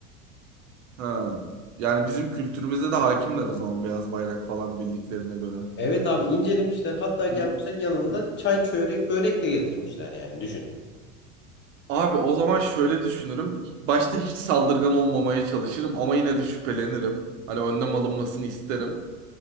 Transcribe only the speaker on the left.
Evet abi incelemişler hatta gelmişler
yanında
çay çörek börek de getirmişler yani düşün.